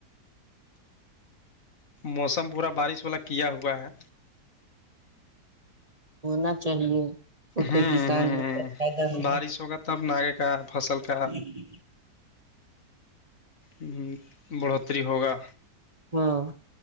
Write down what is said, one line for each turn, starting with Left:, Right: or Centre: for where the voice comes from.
Left: موسم پورا بارش والا کیا ہوا ہے
Right: ہونا چاہیے اس
Left: ہوں
Right: سے کسان
Left: ہوں
Right: بہت فائدہ ہو
Left: بارش ہوگا تب نے کا فصل کا
Right: جی
Left: ہم بڑھوتری ہوگا
Right: ہاں